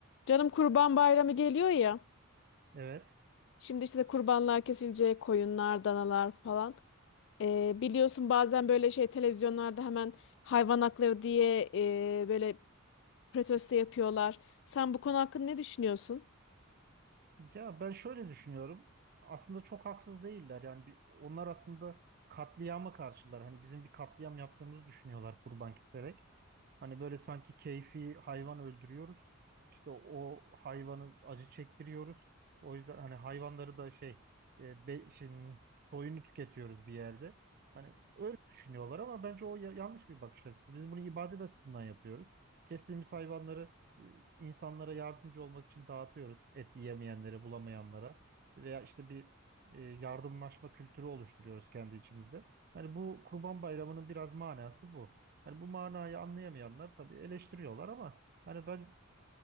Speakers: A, on the left; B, on the right.
A: Canım Kurban Bayramı geliyor ya.
B: Evet.
A: Şimdi işte de kurbanlar kesilecek, koyunlar, danalar falan. Ee, biliyorsun bazen böyle şey televizyonlarda hemen hayvan hakları diye e, böyle protesto yapıyorlar. Sen bu konu hakkında ne düşünüyorsun?
B: Ya ben şöyle düşünüyorum. Aslında çok haksız değiller. Yani bir, onlar aslında katliama karşılar. Hani bizim bir katliam yaptığımızı düşünüyorlar kurban keserek. Hani böyle sanki keyfi hayvan öldürüyoruz. İşte o hayvanı acı çektiriyoruz. O yüzden hani hayvanları da şey e, be, şimdi soyunu tüketiyoruz bir yerde. Hani öyle düşünüyorlar ama bence o ya- yanlış bir bakış açısı. Biz bunu ibadet açısından yapıyoruz. Kestiğimiz hayvanları e, insanlara yardımcı olmak için dağıtıyoruz. Et yiyemeyenlere, bulamayanlara veya işte bir e, yardımlaşma kültürü oluşturuyoruz kendi içimizde. Hani bu Kurban Bayramı'nın biraz manası bu. Yani bu manayı anlayamayanlar tabii eleştiriyorlar ama hani ben